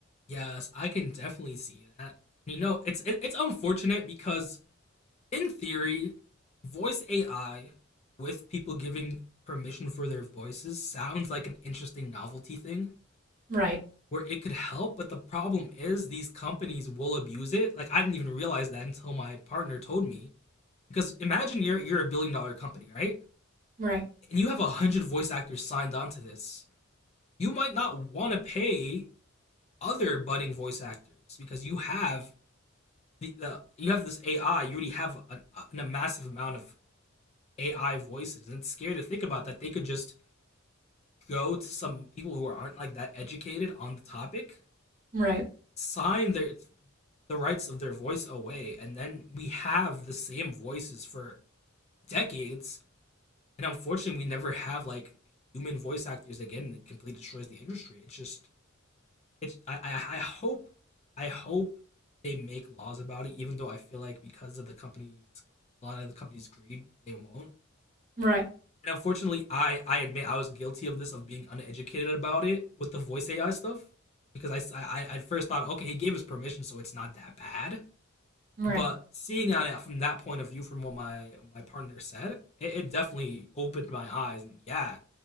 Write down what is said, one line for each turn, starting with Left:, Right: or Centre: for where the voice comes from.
Left: Yes, I can definitely see that. You know, it's it, it's unfortunate because in theory, voice AI with people giving permission for their voices sounds like an interesting novelty thing
Right: Right,
Left: where it could help, but the problem is these companies will abuse it. Like I didn't even realize that until my partner told me. Because imagine you're you're a billion dollar company, right?
Right: right,
Left: And you have a hundred voice actors signed on to this. You might not want to pay other budding voice actors because you have the, the you have this AI. You already have a, a, a massive amount of AI voices, and it's scary to think about that they could just go to some people who aren't like that educated on the topic
Right: right,
Left: sign their the rights of their voice away and then we have the same voices for decades and unfortunately we never have like human voice actors again it completely destroys the industry it's just it's I, I i hope i hope they make laws about it even though i feel like because of the companies a lot of the companies greed they won't
Right: right,
Left: and unfortunately i i admit i was guilty of this of being uneducated about it with the voice ai stuff because i i, I at first thought okay he gave us permission so it's not that bad
Right: right.
Left: but seeing at it from that point of view, from what my my partner said, it, it definitely opened my eyes. And yeah,